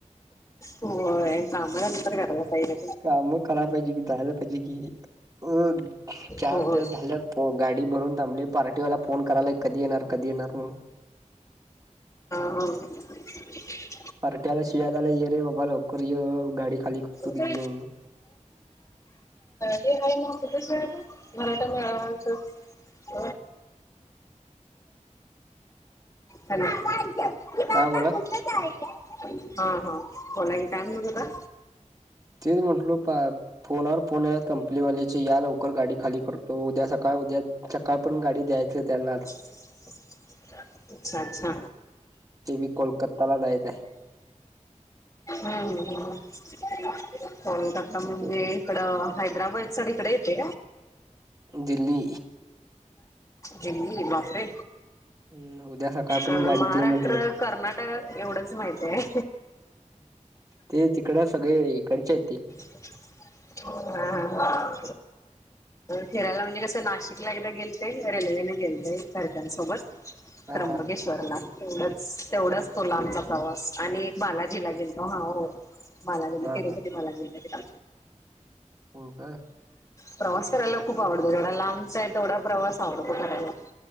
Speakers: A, on the left; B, on the right.
A: होय काम नंतर करायला पाहिजे
B: काम करायला पाहिजे, कि जायला पाहिजे कि, अ चार
A: होय
B: दिवस झाल्या गाडी भरून थांबली पार्टीवाला. फोन करायलाय, कधी येणार, कधी येणार म्हून
A: ह
B: पार्ट्याला शिव्या खयला झाला ये रे बाबा लवकर ये. गाडी खाली करतो तुझी
A: तळा
B: म्हणून
A: हे <inaudible> <inaudible> मराठा मेळाव्याच. <inaudible> हॅलो हे बाबा
B: हा बोला
A: कुठे चालला आहात. ह ह बोला की काय म्हणत होता
B: तेच म्हटल प फोनवर फोन यायला लागले कंपनीवाल्याची, या लवकर गाडी खाली करतो, उद्या सकाळ. उद्या सकाळ पर्यत गाडी द्यायची त्यांना आता.
A: <inaudible> सांग ह
B: ते बी कोलकत्ताला जायचं
A: ह <inaudible> कोलकाता म्हणजे
B: आहे
A: इकडं हैदराबाद सळ इकडे येते
B: दिल्ली
A: दिल्ली बापरे
B: हम्म उद्या सकाळ पण
A: अ
B: गाडी
A: महाराष्ट्र
B: दे म्हटलेत
A: कर्नाटक एवढंच माहित आहे
B: ते तिकडं सगळे इकडच्या य ते
A: <inaudible> ह ह फिरायला म्हणजे कस नाशिकला एकदा गेल ते रेल्वे मी गेलते घरच्या सोबत.
B: हा
A: त्र्यंबकेश्वरला.
B: हा
A: तेवढच, तेवढाच
B: हा
A: तो लांबचा प्रवास. आणि बालाजीला गेलतो. हा हो बालाजीला.
B: हा हा
A: तिरुपती
B: हा
A: बाला गेलतो तिला.
B: हो काय
A: प्रवास करायला खूप आवडतो जेवढा लांबचा आहे. तेवढा प्रवास आवडतो करायला.